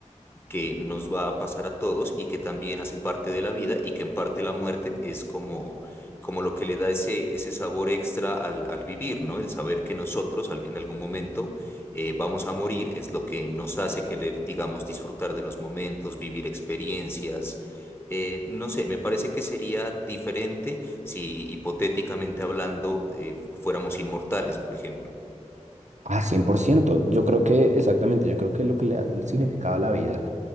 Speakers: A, on the left; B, on the right.
A: que nos va a pasar a todos y que también hace parte de la vida y que en parte la muerte es como, como lo que le da ese, ese sabor extra al, al vivir, ¿no? El saber que nosotros al- en algún momento eh, vamos a morir es lo que nos hace querer, digamos, disfrutar de los momentos, vivir experiencias. Eh, no sé, me parece que sería diferente si hipotéticamente hablando eh, fuéramos inmortales, por ejemplo.
B: Ah, cien por ciento Yo creo que, exactamente, yo creo que lo que le da el significado a la vida